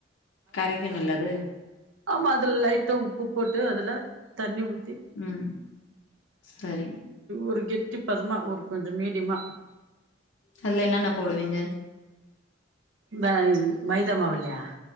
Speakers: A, on the left; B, on the right.
A: கரைக்கணல்லது
B: ஆம்மா அதுல லைட்டா உப்பு போட்டு அதுல தண்ணி ஊத் தி
A: ம் சரி
B: ஒரு கெத் போதுமா ஒரு கொஞ்ச மீடியமா
A: அதுல என்னன்ன போடுவீங்க
B: பேக் மைதா மாவுலையா